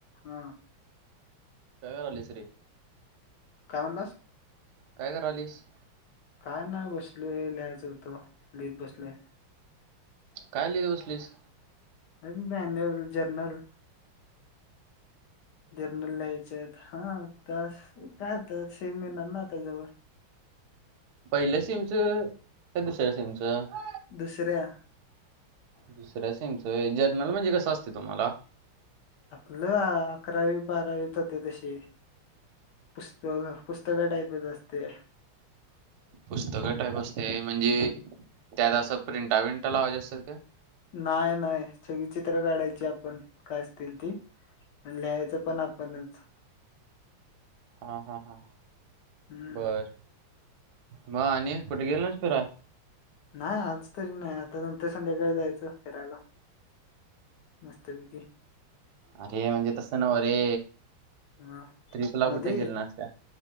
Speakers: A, on the left (about 60°); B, on the right (about 65°).
A: हा
B: काय करायलायस रे
A: काय म्हणलास?
B: काय करायलयस?
A: काय ना बसलोय लिहायच होत लिहित बसलोय.
B: काय लित बसलयस?
A: अ बॅनल जर्नल जर्नल लिहायचत. हा त्यास काय होतय सेम येणार ना त्याच्यावर
B: पहिल्या सीमच का दुसऱ्या सीमच? त
A: दुसऱ्या
B: दुसर्या सीमचे व्हय जर्नल म्हणजे कसं असतं तुम्हाला?
A: आपलं अकरावी बारावीत होते तशे पुस्त पुस्तक टाईपच असते.
B: पुस्तका टाईप असते म्हणजे त्यात असं प्रिंटा बिंटा लावायच्या असतात का?
A: नाही नाही सगळी चित्र काढायची आपण काय असतील ती अन लिहायचं पण आपणच
B: हा हा हा
A: हम्म
B: बर. म आणि कुठे गेले नाहीस फिरा.
A: हा आज तरी नाही आता नंतर संध्याकाळी जायचं फिरायला मस्त पैकी
B: अरे म्हणजे तसं नव्ह रे
A: हा
B: ट्रिपला
A: मध्ये
B: कुठे गेल नास का